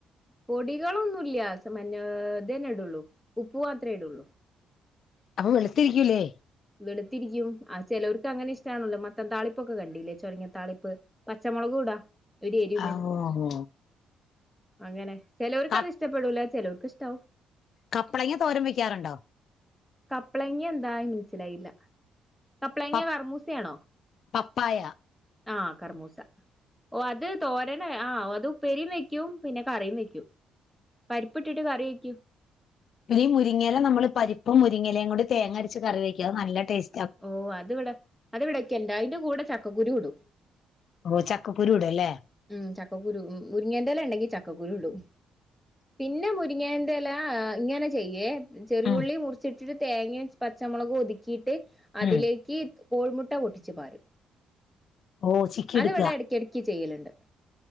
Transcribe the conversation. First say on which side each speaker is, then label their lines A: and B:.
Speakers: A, in the centre; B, on the left.
A: പൊടികളൊന്നും ഇല്ല ഇതന്നെ ഇടുള്ളൂ ഉപ്പ് മാത്രേ ഇടുള്ളൂ
B: അപ്പൊ വെളുത്തിരിക്കൂല്ലേ
A: വെളുത്തിരിക്കും ആ ചെലർക്ക് അങ്ങനെ ഇഷ്ടാണല്ലോ മത്തൻ താളിപ്പൊക്കെ കണ്ടീല്ലേ ചോരങ്ങ താളിപ്പ് പച്ചമുളകും ഇടാ ഒരു എരിവിന്
B: ഓഹ് ഓഹ്
A: അങ്ങനെ ചെലവർക്ക്
B: ക
A: അത് ഇഷ്ടപ്പെടൂല ചെലവർക്ക് ഇഷ്ടാവും.
B: കപ്പളങ്ങ തോരൻ വെക്കാറുണ്ടോ
A: കപ്പ്ളങ്ങ എന്തായ് മനസ്സിലായില്ല കപ്പളങ്ങ
B: പ
A: കറമൂസയാണോ?
B: പപ്പായ
A: ആഹ് കറമൂസ ഓ അത് തോരന ആഹ് അത് ഉപ്പേരിം വയ്ക്കും പിന്നെ കറിയും വെക്കൂ പരിപ്പ് ഇട്ടിട്ട് കറി വെക്കൂ
B: ഈ മുരിങ്ങയില നമ്മള് പരിപ്പും മുരിങ്ങലയും കൂടി തേങ്ങരച്ച് കറി വെക്കും അത് നല്ല ടേസ്
A: ഓ അതിവടെ അത് ഇവിടക്കെണ്ട് അതിന്റെ കൂടെ ചക്കക്കുരൂ ഇടും
B: ഓ ചക്കക്കുരു ഇടുവല്ലേ
A: ഉം ചക്കക്കുരു മുരിങ്ങൻ്റെല ഉണ്ടെങ്കിൽ ചക്കക്കുരു ഇടും പിന്നെ മുരിങ്ങേൻ്റ ല ഇങ്ങനെ ചെയ്യേ ചെറിയുള്ളി
B: ഉം
A: മുറിച്ചിട്ടിട്ട് തേങ്ങയും പച്ചമുളകും ഒതുക്കിട്ട് അതിലേക്ക്
B: ഉം
A: കോഴിമുട്ട പൊട്ടിച്ചു പാരും
B: ഓ ചിക്കി
A: അതിവടെ
B: എടുക്കുക
A: എട കിടക്ക് ചെയ്യലുണ്ട്